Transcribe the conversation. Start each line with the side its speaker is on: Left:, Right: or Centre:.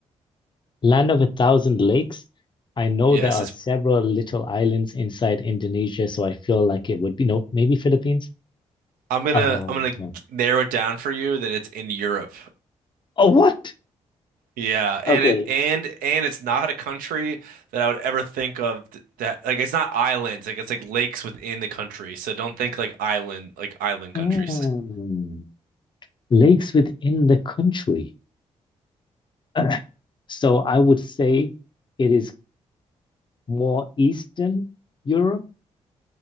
Left: <clears throat> Land of a Thousand Lakes. I know
Right: Yes,
Left: there are
Right: it's
Left: several little islands inside Indonesia, so I feel like it would be no, maybe Philippines.
Right: I'm gonna
Left: Oh,
Right: I'm gonna
Left: come on.
Right: narrow it down for you that it's in Europe.
Left: Oh, what?
Right: Yeah, and
Left: Okay.
Right: it and and it's not a country that I would ever think of th- that like it's not islands, like it's like lakes within the country. So don't think like island like island countries.
Left: Mm,
Right: <laughs>
Left: Lakes within the country. <clears throat> So I would say it is more Eastern Europe.